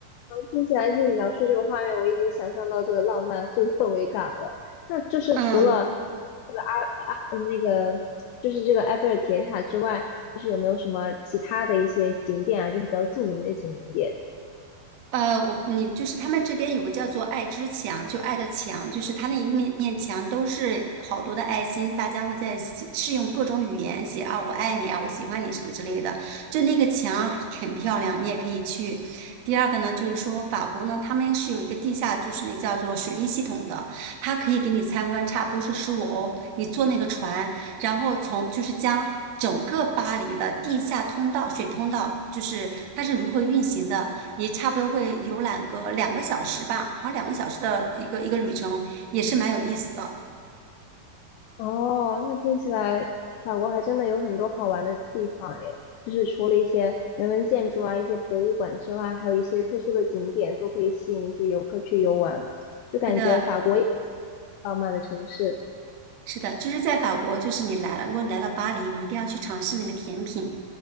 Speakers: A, on the left; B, on the right.
A: 听起来听你描述这个画面，我已经想象到这个浪漫、这个氛围感了。那就是除了
B: 嗯，
A: 嗯那个，就是这个埃菲尔铁塔之外，就是有没有什么其他的一些景点啊，就是比较著名的景点？
B: 呃，我你就是他们这边有个叫做“爱之墙”，就爱的墙，就是他那一面面墙都是好多的爱心，大家会在写是用各种语言写啊，我爱你啊，我喜欢你什么之类的。就那个墙很漂亮，你也可以去。第二个呢，就是说法国呢，他们是有一个地下，就是那叫做水利系统的，它可以给你参观，差不多是十五欧，你坐那个船，然后从就是将整个巴黎的地下通道、水通道，就是它是如何运行的。你差不多会游览个两个小时吧，好像两个小时的一个一个旅程，也是蛮有意思的。
A: 哦，那听起来法国还真的有很多好玩的地方诶，就是除了一些人文建筑啊、一些博物馆之外，还有一些特殊的景点都可以吸引一些游客去游玩，就感觉法国也是
B: 对的，
A: 一个浪漫的城市。
B: 是的，就是在法国，就是你来了，如果你来到巴黎，你一定要去尝试那个甜品，